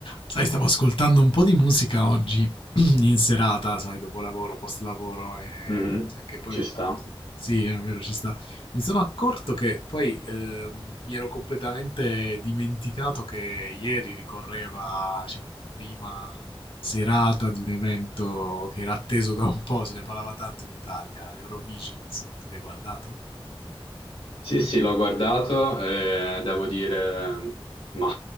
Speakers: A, on the left (about 65°); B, on the left (about 80°).
A: Sai, stavo ascoltando un po' di musica oggi <clears throat> in serata, sai, dopo lavoro, post lavoro e
B: Mhm,
A: cioè, che poi
B: Ci
A: mi
B: sta.
A: so- sì, è vero, ci sta. Mi sono accorto che poi ehm, mi ero completamente dimenticato che ieri ricorreva, diciamo, la prima serata di un evento che era atteso da un po', se ne parlava tanto in Italia, l'Eurovision, non so, tu l'hai guardato?
B: Sì, sì, l'ho guardato e devo dire, ma